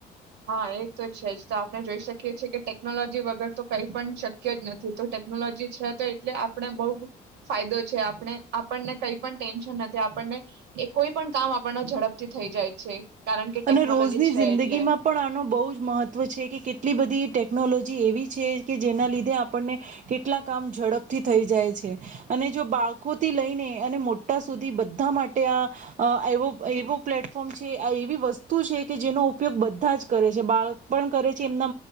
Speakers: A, on the right; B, on the right.
A: હા એ તો છે જ તો આપણે જોઈ શકીએ છીએ કે ટેકનોલોજી વગર તો કઈ પણ શક્ય જ નથી તો ટેકનોલોજી છે તો એટલે આપને બહ ફાયદો છે આપણે આપણને કઈ પણ ટેન્શન નથી આપણને એ કોઈ પણ કામ આપણ ઝડપથી થઈ જાય છે કારણ કે
B: અને
A: ટેકનોલોજી
B: રોજની
A: છે
B: જિંદગી
A: એટલે
B: માં પણ બહુ જ મહત્વ છે કે કેટલી બધી ટેકનોલોજી એવી છે કે જેના લીધે આપણને કેટલા કામ ઝડપથી થઈ જાય છે અને જો બાળકોથી લઈને અને મોટા સુધી બધા માટે આ એવો પ્લેટફોર્મ છે આ એવીસ્ વસ્તુ છે કે જેનો ઉપયોગ બધા જ કરે છે બાળક પણ કરે છે એમના